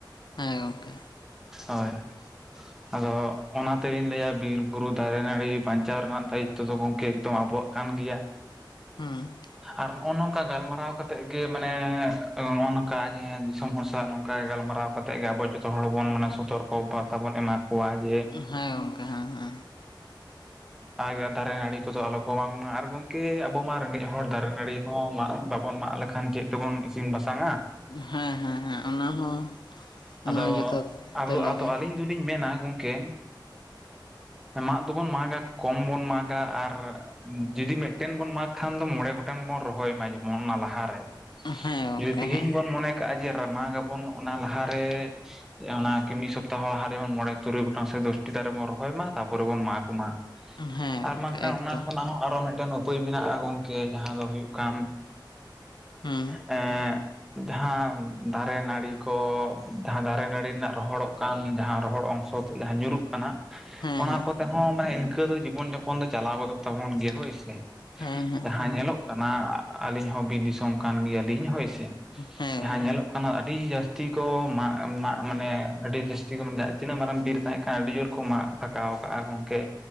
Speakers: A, on the left; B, in the centre.
A: ᱦᱮᱸ ᱜᱚᱢᱠᱮ᱾
B: ᱦᱳᱭ ᱟᱫᱚ ᱚᱱᱟ᱾ ᱛᱟᱹᱣ ᱤᱧ ᱞᱟᱹᱭᱟ ᱵᱤᱨ ᱵᱩᱨᱩ ᱫᱟᱨᱮ ᱱᱟᱲᱤ ᱵᱟᱧᱪᱟᱣ ᱨᱮᱱᱟᱜ ᱫᱟᱹᱭᱤᱛᱚ ᱫᱚ ᱜᱚᱢᱠᱮ ᱮᱠᱫᱚᱢ ᱟᱵᱚᱣᱟᱜ ᱠᱟᱱ ᱜᱮᱭᱟ᱾
A: ᱦᱩᱸ᱾
B: ᱟᱨ ᱱᱚᱜ-ᱚ ᱱᱚᱝᱠᱟ ᱜᱟᱞᱢᱟᱨᱟᱣ ᱠᱟᱛᱮᱜ ᱜᱮ ᱢᱟᱱᱮ ᱱᱚᱜ-ᱚ ᱱᱚᱝᱠᱟ ᱟᱜᱮ ᱫᱤᱥᱚᱢ ᱦᱚᱲ ᱥᱟᱞᱟᱜ ᱱᱚᱝᱠᱟ ᱜᱟᱞᱢᱟᱨᱟᱣ᱾ ᱠᱟᱛᱮᱜ ᱜᱮ ᱟᱵᱚ ᱡᱷᱚᱛᱚ ᱦᱚᱲ ᱵᱚᱱ ᱢᱟᱱᱮ ᱥᱚᱛᱚᱨᱠᱚ ᱵᱟᱨᱛᱟ ᱵᱚᱱ ᱮᱢᱟ ᱠᱚᱣᱟ᱾ ᱡᱮ
A: ᱦᱮᱸ ᱜᱚᱝᱠᱮ ᱦᱮᱸ ᱦᱮᱸ᱾
B: <unintelligible> ᱫᱟᱨᱮ ᱱᱟᱹᱲᱤ ᱠᱚᱫᱚ ᱟᱞᱚ ᱠᱚ ᱢᱟᱜ ᱢᱟ ᱟᱨ ᱜᱚᱝ ᱠᱮ ᱟᱵᱚ ᱢᱟ ᱨᱮᱸᱜᱮᱡ ᱦᱚᱲ ᱫᱟᱨᱮ ᱱᱟᱹᱲᱤ ᱦᱚᱸ ᱢᱟᱜ ᱵᱟᱵᱚᱱ ᱢᱟᱜ ᱞᱮᱠᱷᱟᱱ ᱪᱮᱫ ᱛᱮᱵᱚᱱ ᱤᱥᱤᱱ ᱵᱟᱥᱟᱝ-ᱟ᱾
A: ᱦᱮᱸ ᱦᱮᱸ ᱦᱮᱸ ᱚᱱᱟ ᱦᱚᱸ ᱚᱱᱟ
B: ᱟᱫᱚ
A: ᱡᱚᱛᱷᱟᱛ
B: ᱟᱫᱚ
A: ᱛᱮᱞᱟᱜᱮ᱾
B: ᱟᱫᱚ ᱟᱹᱞᱤᱧ ᱫᱚᱞᱤᱧ ᱢᱮᱱᱟ ᱜᱚᱢᱠᱮ᱾ ᱢᱟᱜ ᱫᱚᱵᱚᱱ ᱢᱟᱜᱟ ᱠᱚᱢ ᱵᱚᱱ ᱢᱟᱜᱟ ᱟᱨ ᱡᱩᱫᱤ ᱢᱮ ᱠᱷᱟᱱ ᱫᱚ ᱢᱚᱬᱮ ᱜᱚᱴᱟᱝ ᱵᱚᱱ ᱨᱚᱦᱚᱭ ᱢᱟ ᱡᱮᱢᱚᱱ ᱚᱱᱟ ᱞᱟᱦᱟᱨᱮ
A: ᱦᱮᱸ ᱜᱚᱝᱠᱮ
B: ᱡᱩᱫᱤ ᱛᱤᱦᱤᱧ
A: ᱦᱮᱸ
B: ᱵᱚᱱ ᱢᱚᱱᱮ᱾ ᱠᱟᱜ-ᱟ ᱡᱮ ᱢᱟᱜ ᱟᱵᱚᱱ ᱚᱱᱟ ᱞᱟᱦᱟᱨᱮ᱾ ᱚᱱᱟ ᱠᱤᱱ ᱢᱤᱜ ᱥᱚᱯᱛᱟᱦᱚ ᱞᱟᱦᱟᱨᱮ ᱡᱮᱢᱚᱱ ᱢᱚᱬᱮ ᱛᱩᱨᱩᱭ ᱜᱚᱴᱟᱝ ᱥᱮ ᱫᱚᱥᱴᱤ ᱫᱟᱨᱮ ᱵᱚᱱ ᱨᱚᱦᱚᱭ ᱢᱟ ᱛᱟᱯᱚᱨᱮ ᱵᱚᱱ ᱢᱟᱜ ᱢᱟ᱾
A: ᱦᱮᱸ
B: ᱟᱨ
A: ᱜᱚᱝᱠᱮ
B: ᱵᱟᱝ ᱠᱷᱟᱱ
A: ᱮᱠᱫᱚᱢ
B: ᱚᱱᱟ ᱠᱷᱚᱱᱟᱜ ᱦᱚᱸ ᱟᱨᱚ ᱢᱮᱜᱴᱮᱱ᱾ ᱩᱯᱟᱹᱭ ᱢᱮᱱᱟᱜ-ᱟ ᱜᱚᱝᱠᱮ ᱡᱟᱸᱦᱟ ᱫᱚ ᱦᱳᱭᱳᱜ ᱠᱟᱱ
A: ᱦᱩᱸ
B: ᱮᱸ᱾ ᱡᱟᱸᱦᱟ ᱫᱟᱨᱮ ᱱᱟᱲᱤ ᱠᱚ ᱡᱟᱸᱦᱟ ᱫᱟᱨᱮ ᱱᱟᱹᱲᱤ ᱨᱮᱱᱟᱜ ᱨᱚᱦᱚᱲᱚᱜ ᱠᱟᱱ ᱡᱟᱸᱦᱟ ᱨᱚᱦᱚᱲ ᱚᱝᱥᱚ᱾ <unintelligible> ᱡᱟᱸᱦᱟ ᱧᱩᱨᱩᱜ ᱠᱟᱱᱟ᱾
A: ᱦᱮᱸ
B: ᱚᱱᱟ
A: ᱦᱮᱸ
B: ᱠᱚᱛᱮ ᱦᱚᱸ ᱢᱟᱱᱮ ᱤᱱᱠᱟᱹ ᱫᱚ ᱡᱤᱵᱚᱱ ᱡᱟᱯᱚᱱ ᱫᱚ ᱪᱟᱞᱟᱣ ᱜᱚᱫᱚᱜ ᱛᱟᱵᱚᱱ ᱜᱮᱭᱟ ᱦᱳᱭ ᱥᱮ᱾
A: ᱦᱮᱸ ᱦᱮᱸ
B: ᱡᱟᱸᱦᱟ ᱧᱮᱞᱚᱜ ᱠᱟᱱᱟ ᱟᱞᱤᱧ ᱦᱚᱸ ᱵᱤᱨ ᱫᱤᱥᱚᱢ ᱠᱟᱱ ᱜᱮᱭᱟᱞᱤᱧ ᱦᱳᱭ ᱥᱮ᱾
A: ᱦᱮᱸ
B: ᱡᱟᱸᱦᱟ
A: ᱜᱚᱝᱠᱮ
B: ᱧᱮᱞᱚᱜ᱾ ᱱᱟᱹᱜ ᱟᱹᱰᱤ ᱡᱟᱥᱛᱤ ᱠᱚ ᱢᱟᱜ ᱢᱟᱜ ᱢᱟᱱᱮ ᱟᱹᱰᱤ ᱡᱟᱹᱥᱛᱤ ᱠᱚ ᱛᱤᱱᱟᱹᱜ ᱢᱟᱨᱟᱝ ᱵᱤᱨ ᱛᱟᱸᱦᱮ ᱠᱟᱱᱟ ᱟᱹᱰᱤ ᱡᱳᱨ ᱠᱚ ᱢᱟᱜ᱾ ᱯᱷᱟᱸᱠᱟᱣ ᱠᱟᱜ-ᱟ ᱜᱚᱝᱠᱮ